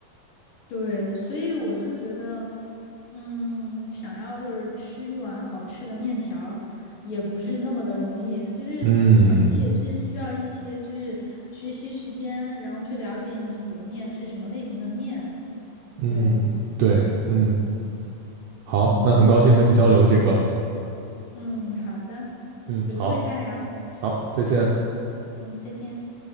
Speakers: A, on the left; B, on the right.
A: 对，所以我就觉得。嗯，想要就是吃一碗好吃的面条儿也不是那么的容易。就是你可能也是需要一些就是学习时间，
B: 嗯
A: 然后去了解你煮的面是什么类型的面。
B: 嗯，
A: 对，
B: 对，嗯。好，
A: 嗯
B: 那很高兴和你交流这个。
A: 嗯，好的，
B: 嗯，
A: 有机会再聊。
B: 好，好，再见。
A: 嗯，再见。